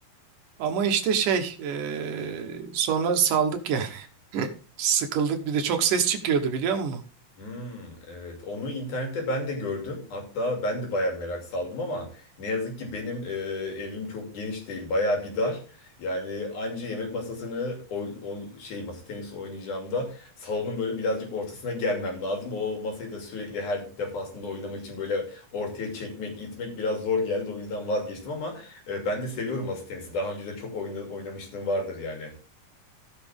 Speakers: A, on the right (about 70°); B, on the left (about 60°).
A: Ama işte şey eee, sonra saldık yani. <laughs> Sıkıldık. Bir de çok ses çıkıyordu biliyor musun?
B: Hmm, evet. Onu internette ben de gördüm. Hatta ben de bayağı merak saldım ama ne yazık ki benim e, evim çok geniş değil. Bayağı bir dar. Yani anca yemek masasını o, o şey masa tenisi oynayacağımda salonun böyle birazcık ortasına gelmem lazım. O masayı da sürekli her defasında oynamak için böyle ortaya çekmek, itmek biraz zor geldi. O yüzden vazgeçtim ama e, ben de seviyorum masa tenisi. Daha önce de çok oyna, oynamışlığım vardır yani.